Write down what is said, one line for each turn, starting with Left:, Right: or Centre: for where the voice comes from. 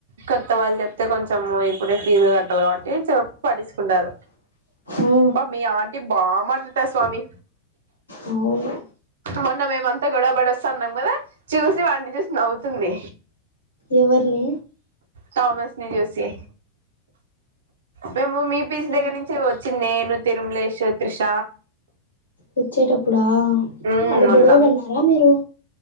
Right: కొత్త వాళ్ళు చెప్తే కొంచెం ఇప్పుడే ఫీజు కట్టాలి కాబట్టి చెప్ పట్టించుకుంటరు.
Left: ఆ
Right: అబ్బా మీ ఆంటీ బామాట్లాడతది స్వామి.
Left: అవును.
Right: మొన్న మేమంతా గొడవ పడి వస్తాన్నాం కదా చూసి వాడినిచూసి నవ్వుతుంది.
Left: ఎవ్వర్ని?
Right: థామస్ ని చూసి. మేము మీ పీజి
Left: ఆ
Right: దగ్గర నుంచే వచ్చిన్నే నేను, తిరుమలేష్, త్రిష
Left: వచ్చేటప్పుడా
Right: ఉమ్
Left: ఆడ
Right: మొన్న
Left: గొడవ పడినారా మీరు.